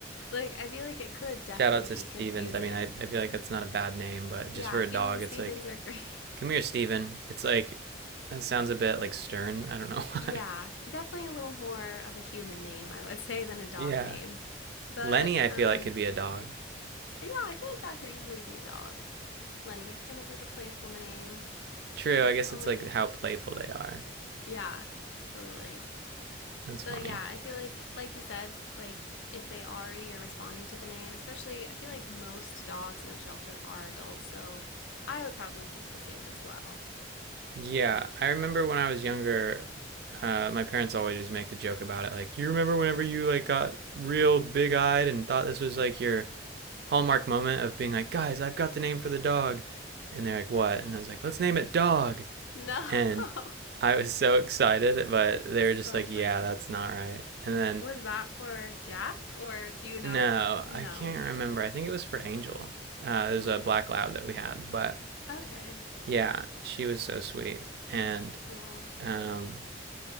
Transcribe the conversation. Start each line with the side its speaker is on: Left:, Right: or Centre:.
Left: like I feel like it could definitely
Right: Shout out to
Left: be
Right: Stevens.
Left: confusing.
Right: I mean, I, I feel like that's not a bad name, but
Left: Yeah,
Right: just for
Left: human
Right: a dog,
Left: Stevens
Right: it's like
Left: are great.
Right: Come here, Steven. It's like that sounds a bit like stern. I don't
Left: <laughs>
Right: know why.
Left: yeah,
Right: <laughs>
Left: definitely a little more of a human name, I would <laughs> say, than a dog
Right: Yeah.
Left: name. But
Right: Lenny, I feel
Left: um,
Right: like could be a dog.
Left: yeah, I feel like that could easily be a dog. Lenny, it's kind of like a playful name.
Right: True,
Left: I've
Right: I guess
Left: only
Right: it's like how playful they are.
Left: Yeah, totally.
Right: That's
Left: But
Right: funny.
Left: yeah, I feel like, like you said, like if they already are responding to the name, especially, I feel like most dogs in the shelter are adults, so I would probably keep it the same as well.
Right: Yeah, I remember when I was younger, uh, my parents always make the joke about it. Like, you remember whenever you like got real big eyed and thought this was like your hallmark moment of being like, guys, I've got the name for the dog, and they're like, what? And I was like, let's name it Dog.
Left: No,
Right: and
Left: <laughs>
Right: I was so excited, but
Left: that's
Right: they were just
Left: so
Right: like, "Yeah,
Left: funny.
Right: that's not right." And then
Left: Was that for Jack, or do you know?
Right: no,
Left: No.
Right: I can't remember. I think it was for Angel. Uh,
Left: Mm.
Right: it was a black lab that we had, but
Left: Okay.
Right: yeah, she was so sweet, and
Left: Aw.
Right: um,